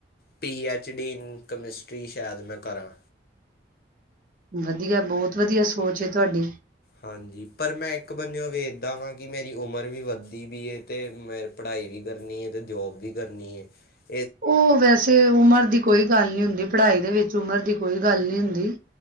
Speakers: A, on the left (about 55°); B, on the right (about 45°).
A: ਪੀ ਐਚ ਡੀ ਕਮਿਸਟਰੀ ਸ਼ਾਇਦ ਮੈਂ ਕਰਾਂ
B: ਵਧੀਆ ਬਹੁਤ ਵਧੀਆ ਸੋਚ ਏ ਤੁਹਾਡੀ
A: ਹਾਂਜੀ ਪਰ ਮੈਂ ਇੱਕ ਬੰਨਓ ਵੇਖਦਾ ਵਾਂ ਕਿ ਮੇਰੀ ਉਮਰ ਵੀ ਵੱਦੀ ਵੀ ਤੇ ਮੈਂ ਪੜ੍ਹਾਈ ਵੀ ਕਰਨੀ ਹੈ ਤੇ ਜੋਬ ਵੀ ਕਰਨੀ ਏ
B: ਉਹ ਵੈਸੇ ਉਮਰ ਦੀ ਕੋਈ ਗੱਲ ਨੀ ਹੁੰਦੀ ਪੜ੍ਹਾਈ ਦੇ ਵਿੱਚ ਚ ਉਮਰ ਦੀ ਕੋਈ ਗੱਲ ਨਹੀਂ ਹੁੰਦੀ